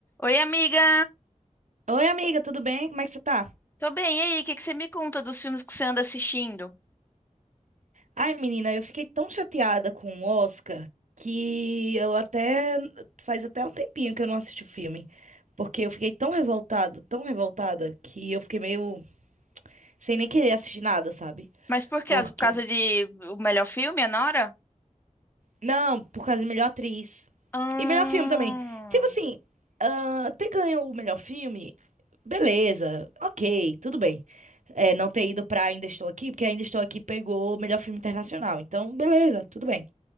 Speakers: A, on the left; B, on the right.
A: Oi, amiga!
B: Oi, amiga, tudo bem? Como é que você tá?
A: Tô bem, e aí? O que que você me conta dos filmes que você anda assistindo?
B: Ai, menina, eu fiquei tão chateada com o Oscar que eu até faz até um tempinho que eu não assisti o filme, porque eu fiquei tão revoltada, tão revoltada que eu fiquei meio sem nem querer assistir nada, sabe?
A: Mas por quê?
B: Porque
A: Por causa de o melhor filme, Anora?
B: não, por causa de melhor atriz
A: Ah,
B: e melhor filme também. Tipo assim, ah, ter ganho o melhor filme, beleza, ok, tudo bem. É, não ter ido pra Ainda Estou Aqui, porque Ainda Estou Aqui pegou o melhor filme internacional. Então, beleza, tudo bem.